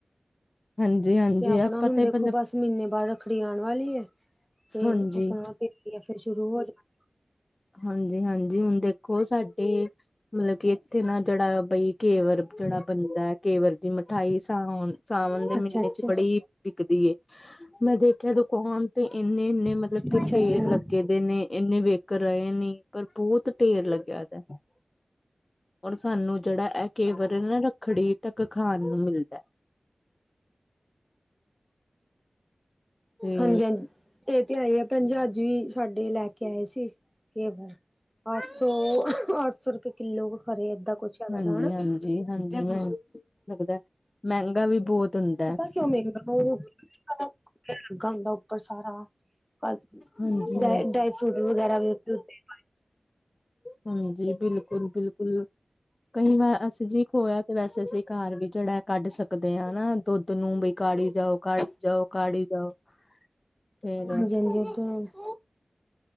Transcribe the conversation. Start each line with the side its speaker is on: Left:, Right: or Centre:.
Left: ਹਾਂਜੀ। ਹਾਂਜੀ
Centre: ਤੇ ਆਪਣਾ
Left: ਆਪਾਂ
Centre: ਹੁਣ
Left: ਤੇ
Centre: ਦੇਖੋ
Left: ਮਤਲਬ
Centre: ਬਸ ਮਹੀਨੇ ਬਾਅਦ ਰੱਖੜੀ ਆਣ ਵਾਲੀ ਐ। ਤੇ
Left: ਹਾਂਜੀ
Centre: ਆਪਣਾ ਤੇ <inaudible> ਫਿਰ ਸ਼ੁਰੂ ਹੋ ਜਾਣਾ।
Left: ਹਾਂਜੀ ਹਾਂਜੀ ਹੁਣ ਦੇਖੋ ਸਾਡੇ ਮਤਲਬ ਕਿ ਇੱਥੇ ਨਾ ਜਿਹੜਾ ਬਾਈ ਕੇਵਰ ਜਿਹੜਾ ਬੰਦਾ ਐ ਕੇਵਰ ਦੀ ਮਿਠਾਈ ਸਾਨੂੰ ਸਾਵਣ ਦੇ ਮਹੀਨੇ
Centre: ਅੱਛਾ ਅੱਛਾ
Left: ਚ ਬੜੀ ਵਿਕਦੀ ਏ। ਮੈਂ ਦੇਖਿਆ ਦੁਕਾਨ ਤੇ ਇੰਨੇ ਇੰਨੇ ਮਤਲਬ
Centre: ਅੱਛਾ
Left: ਕਿ ਢੇਰ
Centre: ਅੱਛਾ
Left: ਲੱਗ ਦੇ ਨੇ ਇੰਨੇ ਵੇਖ ਕਰਾਏ ਨੀ ਪਰ ਬਹੁਤ ਢੇਰ ਲੱਗਿਆ ਦਾ, ਔਰ ਸਾਨੂੰ ਜਿਹੜਾ ਐ ਕੇਵਰ ਆ ਨਾ ਰੱਖੜੀ ਤੱਕ ਖਾਣ ਨੂੰ ਮਿਲਦਾ। ਤੇ
Centre: ਹਾਂਜੀ ਹਾਂਜੀ। ਦੇ ਤੇ ਆਈ ਆ ਭੈਣ ਜੀ ਅੱਜ ਵੀ ਸਾਡੇ ਲੈ ਕੇ ਆਏ ਸੀ ਕੇਵਰ ਸੋ ਅੱਠ ਸੌ ਰੁਪਏ ਕਿੱਲੋ ਖਰੇ ਏਦਾਂ। ਕੁਛ ਹੈਗਾ
Left: ਹਾਂਜੀ
Centre: ਦਾ ਹਨਾ
Left: ਹਾਂਜੀ ਹਾਂਜੀ ਹੋ ਸਕਦਾ ਮਹਿੰਗਾ ਵੀ ਬਹੁਤ ਹੁੰਦਾ।
Centre: ਪਤਾ ਕਿਉਂ ਮਹਿੰਗਾ <inaudible> ਲੱਗਾ ਹੁੰਦਾ ਉੱਪਰ ਸਾਰਾ। ਅ
Left: ਹਾਂਜੀ-ਹਾਂਜੀ,
Centre: ਡਰਾਈ ਫਰੂਟ ਵਗੈਰਾ ਵੀ ਉੱਤੇ ਉੱਤੇ
Left: ਹਾਂਜੀ ਬਿਲਕੁਲ ਬਿਲਕੁਲ। ਕਈ ਵਾਰ ਅਸੀਂ ਜੀ ਖੋਇਆ ਤੇ ਵੈਸੇ ਅਸੀਂ ਘਰ ਵੀ ਜਿਹੜਾ ਕੱਢ ਸਕਦੇ ਆ ਦੁੱਧ ਨੂੰ ਵੀ ਕਾੜੀ ਜਾਓ ਕਾੜੀ ਜਾਓ ਕਾੜੀ ਜਾਓ। ਫੇਰ
Centre: ਹਾਂਜੀ-ਹਾਂਜੀ ਉਹ